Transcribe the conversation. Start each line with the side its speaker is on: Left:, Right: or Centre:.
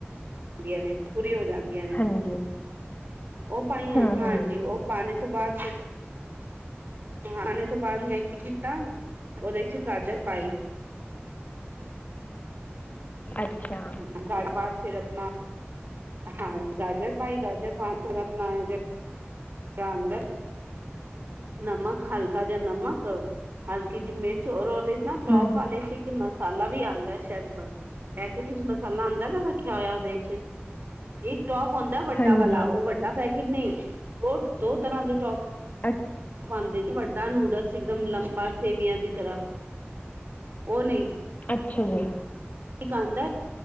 Right: ਵੀਆਂ ਨੇ ਪੂਰੀ ਹੋ ਜਾਂਦੀਆਂ ਨੇ।
Left: ਹਾਂਜੀ
Right: ਓ ਪਾਈਆਂ
Left: ਹੂੰ
Right: ਹਾਂਜੀ
Left: ਹੂੰ
Right: ਓ ਪਾਨੇ ਤੋਂ ਬਾਦ ਫੇਰ ਖਾਣੇ ਤੋਂ ਬਾਦ ਮੈਂ ਕੀ ਕੀਤਾ, ਓਦੇ ਚ ਗਾਜਰ ਪਾਈ।
Left: ਅੱਛਾ।
Right: <unintelligible> ਫੇਰ ਆਪਣਾ ਹਾਂਜੀ ਗਾਜਰ ਪਾਈ ਗਾਜਰ ਪਾਨ ਥੋੜਾ ਬਣਾਇਆ ਜ <unintelligible> ਨਮਕ ਹਲਕਾ ਜਾ ਨਮਕ, ਹਲਕੀ ਜੀ ਮਿਰਚ ਔਰ ਓਦੇ ਇਕ ਨਾ ਟੋਪ
Left: ਹੂੰ
Right: ਵਾਲੇ ਸੀ ਕਿ ਮਸਾਲਾ ਵੀ ਆਂਦੈ ਸ਼ੈਦ ਬਣ ਪੈਕੇਟ ਚ। ਵਿਚ ਮਸਾਲਾ ਆਂਦਾ ਐ ਨਾ ਰੱਖਿਆ ਹੋਇਆ ਓਦੇ ਚ, ਇੱਕ ਟੋਪ ਹੁੰਦਾ ਵੱਡਾ
Left: ਹਾਂਜੀ
Right: ਵਾਲਾ ਓ ਵੱਡਾ ਪੈ ਕਿੰਨੇ ਓ ਦੋ ਤਰਾਂ ਦੇ ਟੋਪ
Left: ਅੱਛ
Right: ਪਾਂਦੇ ਜੀ ਵੱਡਾ ਨੂਡਲਸ ਇਕਦਮ ਲੰਬਾ ਸੇਵੀਆਂ ਦੀ ਤਰਾਂ ਓ ਨੀ।
Left: ਅੱਛਾ ਜੀ।
Right: ਇੱਕ ਆਂਦਾ,